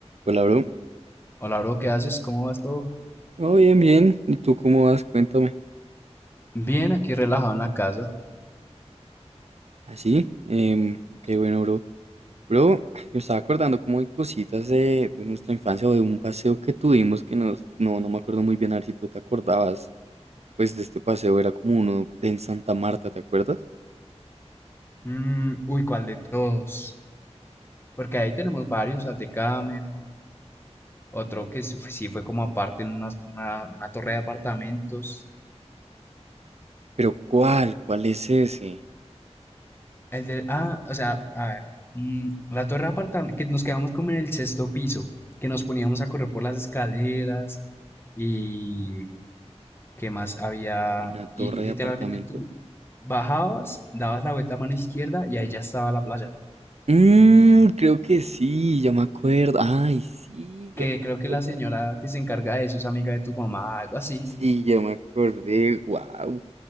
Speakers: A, on the right; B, on the left.
A: Hola, bro.
B: Hola, bro, ¿qué haces? ¿Cómo vas todo?
A: Oh, bien, bien. ¿Y tú cómo vas? Cuéntame.
B: Bien, aquí relajado en la casa.
A: Así, em, qué
B: Sí.
A: bueno, bro. Bro, <laughs> <sighs> me estaba acordando como de cositas de, de nuestra infancia o de un paseo que tuvimos que nos, no, no me acuerdo muy bien, a ver si tú te acordabas. Pues de este paseo era como uno de en Santa Marta, ¿te acuerdas?
B: Mm, uy, ¿cuál de todos? Porque ahí tenemos varios, al de Cameron, otro que sí fue sí fue como aparte en una, una- una torre de apartamentos.
A: Pero ¿cuál? ¿Cuál es ese?
B: El de, ah, o sea, a ver, mm, la torre de apartamentos, que nos quedamos como en el sexto piso, que nos poníamos a correr por las escaleras y qué más había,
A: ¿Una torre
B: y literalmente
A: de apartamentos?
B: tú bajabas, dabas la vuelta a mano izquierda y ahí ya estaba la playa.
A: Mmm, creo que sí, ya me acuerdo. Ay, sí, yo
B: que
A: no
B: creo
A: me acordaba.
B: que la señora que se encarga de eso es amiga de tu mamá, algo así.
A: Sí, ya me acordé. wow.